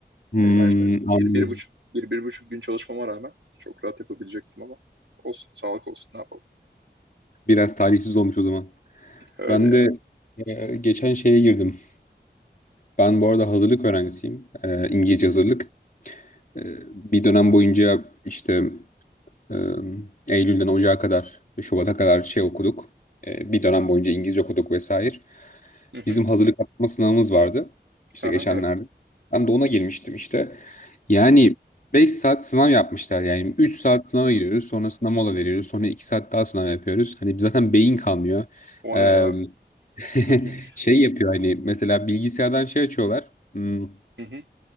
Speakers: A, on the left; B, on the right.
A: Hmm,
B: Yani ben şöyle
A: anladım.
B: bir, bir buçuk, bir, bir buçuk gün çalışmama rağmen çok rahat yapabilecektim ama olsun, sağlık olsun ne yapalım.
A: Biraz talihsiz olmuş o zaman.
B: Öyle
A: Ben
B: ya.
A: de e, geçen şeye girdim. Ben bu arada hazırlık öğrencisiyim. E, İngilizce hazırlık. E, bir dönem boyunca işte e, Eylül'den Ocağa kadar, Şubat'a kadar şey okuduk. E, bir dönem boyunca İngilizce okuduk vesaire.
B: Hı hı.
A: Bizim hazırlık atma sınavımız vardı. İşte
B: Aha,
A: geçenlerde.
B: evet.
A: Ben de ona girmiştim işte. Yani 5 saat sınav yapmışlar yani. üç saat sınava giriyoruz. Sonra sınav mola veriyoruz. Sonra 2 saat daha sınav yapıyoruz. Hani zaten beyin kalmıyor.
B: O
A: Ee,
B: ne ya?
A: <laughs>
B: Kötüymüş.
A: şey yapıyor hani mesela bilgisayardan şey açıyorlar. Hmm,
B: Hı hı.